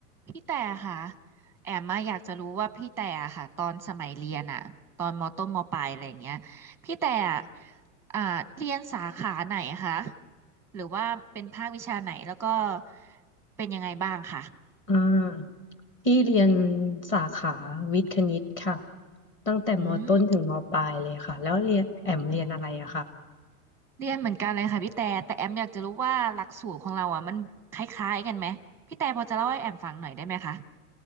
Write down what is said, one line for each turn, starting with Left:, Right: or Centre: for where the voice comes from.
Centre: พี่แต่ค่ะแอมมาอยากจะรู้ว่าพี่แต่อะค่ะตอนสมัยเรียนอะตอนมต้นมปลายอะไรอย่างเงี้ยพี่แต่อะอ่าเรียนสาขาไหนคะหรือว่าเป็นภาควิชาไหนแล้วก็เป็นยังไงบ้างค่ะ
Left: อ่าที่เรียนสาขาวิทย์คณิตค่ะตั้งแต่มต้นถึงมปลายเลยค่ะแล้วเรียนแอมเรียนอะไรอะค่ะ
Centre: อืมอ๋อเรียนเหมือนกันเลยค่ะพี่แต่แต่แอมอยากจะรู้ว่าหลักสูตรของเราอะมันคล้ายๆกันไหมพี่แต่พอจะเล่าให้แอมฟังหน่อยได้ไหมคะ